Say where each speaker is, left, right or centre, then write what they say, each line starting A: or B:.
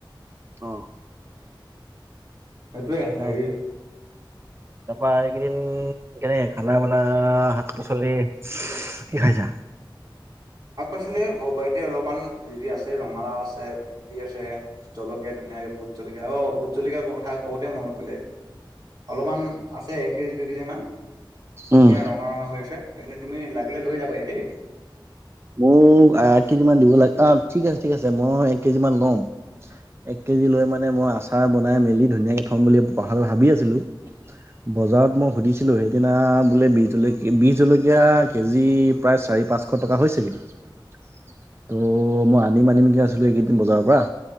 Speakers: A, on the right; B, on the right.
A: অ'।
B: উম, সেইটোৱে,
A: তাৰ
B: হেৰি
A: তাৰপা এইকেইদিন কেনেকে খানা বানা শাক-পাচলি কি খাইছা?
B: শাক-পাচলি এই ঘৰ বাৰীতে অলপমান জিৰি আছে। ৰঙালাও আছে, ভেন্দি আছে। জলকীয়া ধুনীয়াকে ভোট জলকীয়া অ' ভোট কথা কওঁতে মনত পৰিলে। অলপমান আছে, এক কেজি-দুই কেজিমান ধুনীয়া
A: উম
B: ৰঙা ৰঙা হৈ আছে। সেইকাৰণে তুমি লাগিলে লৈ যাবাহি দেই!
A: মোক এক কেজি মান দিব, অ' ঠিক আছে, ঠিক আছে, মই এক কেজি মান লম। এক কেজি লৈ মানে মই আচাৰ বনাই মেলি ধুনীয়াকে থম বুলি <unintelligible> ভাবি আছিলো। বজাৰত মই সুধিছিলোঁ, সেইদিনা বোলে বি জল বি জলকীয়া, কেজি প্ৰায় চাৰি-পাঁচশ টকা হৈছেগৈ। ত' মই আনিম আনিমকে আছিলো এইকেইদিন বজাৰৰ পৰা।